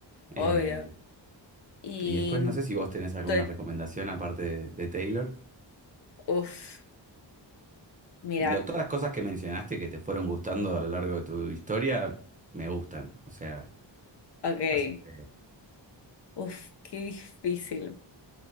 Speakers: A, on the right (about 15°); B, on the left (about 60°).
A: Eh,
B: obvio. Y,
A: y después no sé si vos tenés alguna
B: te-
A: recomendación aparte de, de Taylor.
B: uf, mira,
A: Lo- todas las cosas que mencionaste que te fueron gustando a lo largo de tu historia me gustan. O sea,
B: ok,
A: así que
B: uf, qué difícil.